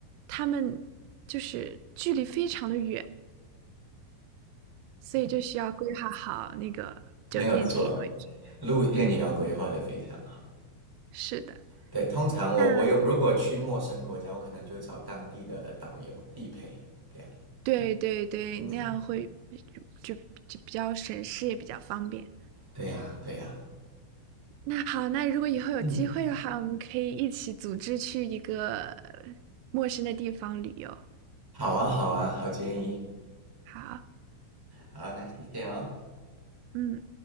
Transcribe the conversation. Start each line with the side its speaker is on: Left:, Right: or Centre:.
Right: 他们就是距离非常的远，所以就需要规划好那个酒店地理位置。
Centre: 没有错，路线也要规划的非常好。
Right: 嗯，是的，
Centre: 对，通常我我有如果去陌生国家，
Right: 那
Centre: 我可能就找当地的导游地陪，对呀，
Right: 对对对，
Centre: 嗯，
Right: 那样会就就就比较省事，也比较方便。
Centre: 对呀，对呀，
Right: 那好，那如果以后有机会的话，
Centre: 嗯，
Right: 我们可以一起组织去一个呃陌生的地方旅游。
Centre: 好啊，好啊，好建议，
Right: 好，
Centre: 好，那谢谢哦。
Right: 嗯。